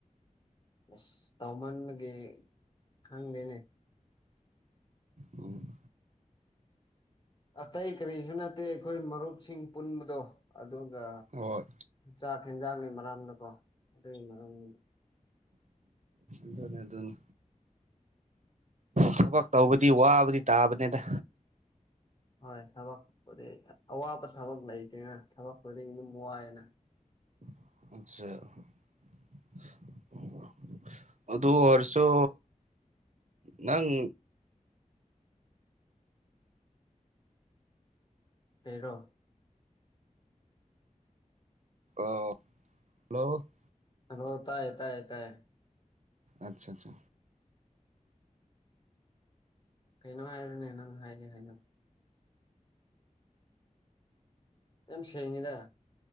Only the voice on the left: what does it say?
ꯑ꯭ꯁ ꯇꯧꯃꯟꯕꯒꯤ ꯈꯪꯗꯦꯅꯦ
ꯑꯇꯩ ꯀꯔꯤꯁꯨ ꯅꯠꯇꯦ ꯑꯩꯈꯣꯏ ꯃꯔꯨꯞꯁꯤꯡ ꯄꯨꯟꯕꯗꯣ ꯑꯗꯨꯒ
ꯆꯥꯛ ꯍꯦꯟꯖꯥꯡꯒꯤ ꯃꯔꯝꯗꯀꯣ ꯑꯗꯨꯏ ꯃꯔꯝꯅꯤꯗ
ꯍꯣꯏ ꯊꯕꯛ ꯄꯨꯗꯤ ꯑꯋꯥꯕ ꯊꯕꯛ ꯂꯩꯇꯦꯅ ꯊꯕꯛ ꯈꯨꯗꯤꯡꯒꯤ ꯑꯗꯨꯝ ꯋꯥꯏꯌꯦꯅ
ꯀꯩꯔꯣ
ꯍꯥꯏꯔꯣ ꯇꯥꯏꯌꯦ ꯇꯥꯏꯌꯦ ꯇꯥꯏꯌꯦ
ꯀꯩꯅꯣ ꯍꯥꯏꯌꯨꯅꯦ ꯅꯪ ꯍꯥꯏꯒꯦ ꯍꯥꯏꯗꯣ ꯌꯥꯝ ꯁꯦꯡꯉꯦꯗ